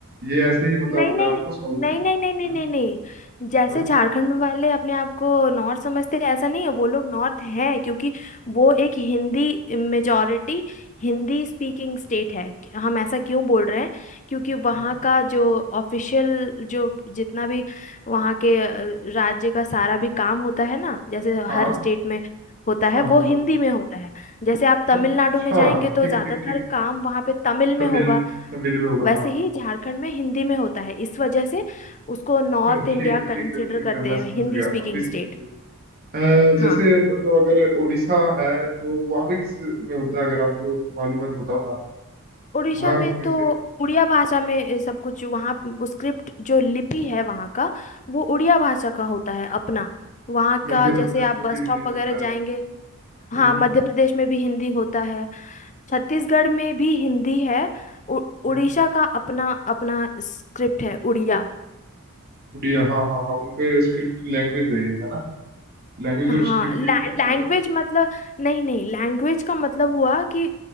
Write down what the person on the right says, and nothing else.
ये ऐसे ही मतलब
अपने
आप को साउथ
के
हम्म,
हम्म,
हाँ
हाँ
हाँ
हाँ
हाँ
अच्छा
ठीक
ठीक ठीक
तमिल
तमिल में होगा
हाँ
अच्छा
ठीक है
ठीक है ठीक
है मैं
समझ
गया
अभी समझ
गया अ,
जैसे मतलब अगर उड़ीसा है तो वहां पे किस में होता है अगर आपको मालूम है तो बताओ ना
वहाँ
ओबीसी
मध्य
प्रदेश
में भी
हिंदी में
होता है
हम्म
हम्म
उड़िया हाँ हाँ हाँ उनका स्क्रिप्ट लैंग्वेज है ये है ना लैंग्वेज
और स्क्रिप्ट
एक ही होता है क्या